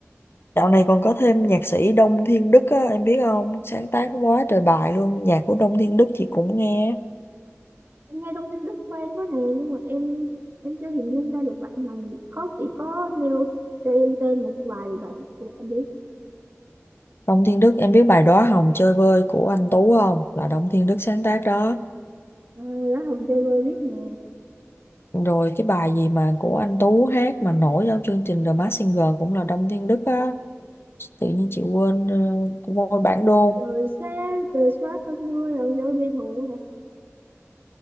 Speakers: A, on the left (about 55°); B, on the right (about 45°).
A: Dạo này còn có thêm nhạc sĩ Đông Thiên Đức á, em biết không? Sáng tác quá trời bài luôn. Nhạc của Đông Thiên Đức chị cũng nghe.
B: em nghe Đông Đức quen quá nè nhưng mà em em chưa hình dung ra được bạn này có chỉ có nêu cho em tên một vài bài hát của bạn đi
A: Đông Thiên Đức, em biết bài Đóa Hồng Chơi Vơi của anh Tú không? Là Đông Thiên Đức sáng tác đó.
B: à, lá hồng chơi vơi biết nè
A: Rồi cái bài gì mà của anh Tú hát mà nổi trong chương trình The Masked Singer cũng là Đông Thiên Đức á. Tự nhiên chị quên uh, voi bản đôn.
B: trời xa trời xóa cơn mưa lòng rơi bê thù hả